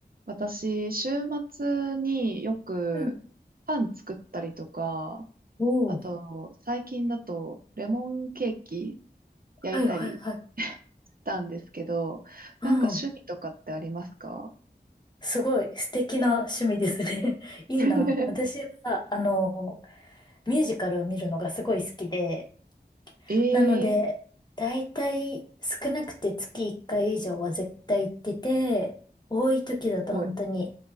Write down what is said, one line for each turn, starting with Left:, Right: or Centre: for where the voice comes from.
Right: 私、週末によくパン作ったりとか、
Left: うん。おお、
Right: あと、最近だとレモンケーキ焼いたり
Left: はいはいはい。
Right: <laughs> したんですけど、なんか趣味とかってありますか
Left: うん。すごい素敵な趣味ですね。<laughs> いいな。
Right: <laughs>
Left: 私は、あの、ミュージカルを見るのがすごい好きで、
Right: え
Left: なので、
Right: えー
Left: だいたい少なくて月1回以上は絶対行ってて、多い時だと本当に
Right: すごい。